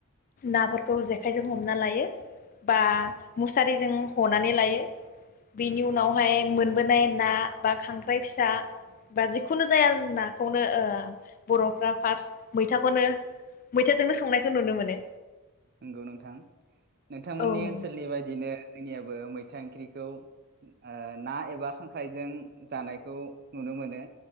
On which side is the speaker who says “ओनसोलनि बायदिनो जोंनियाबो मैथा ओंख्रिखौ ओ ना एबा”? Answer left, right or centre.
Right